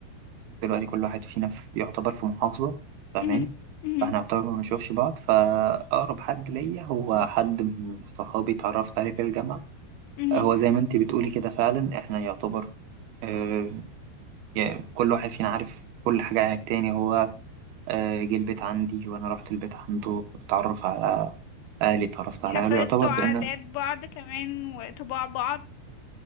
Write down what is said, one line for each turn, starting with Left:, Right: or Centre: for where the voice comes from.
Right: دلوقتي كل واحد فينا في يعتبر في محافظه فاهماني
Left: مهم. مهم.
Right: فاحنا يعتبر ما بنشوفش بعض فاقرب حد ليا هو حد من صحابي اتعرفت عليه في الجامعه
Left: مهم.
Right: هو زي ما انتي بتقولي كده فعلا احنا يعتبر آه، يعني كل واحد فينا عارف كل حاجه عن التاني هو آه، جه البيت عندي وانا رحت البيت عنده اتعرف على اهلي اتعرفت على
Left: حفظتوا
Right: اهله يعتبر بان
Left: عادات بعض كمان وطباع بعض